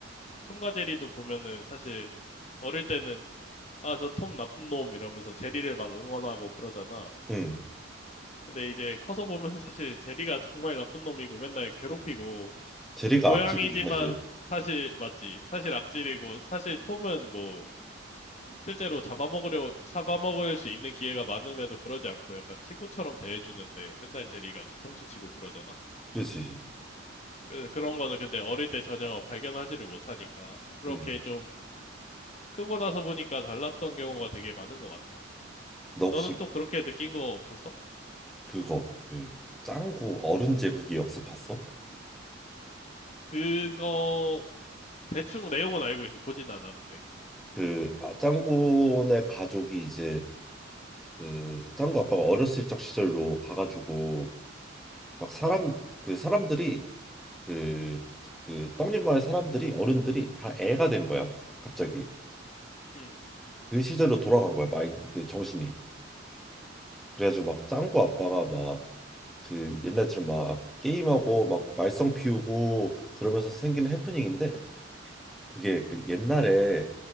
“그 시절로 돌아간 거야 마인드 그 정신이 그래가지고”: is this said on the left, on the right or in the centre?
Centre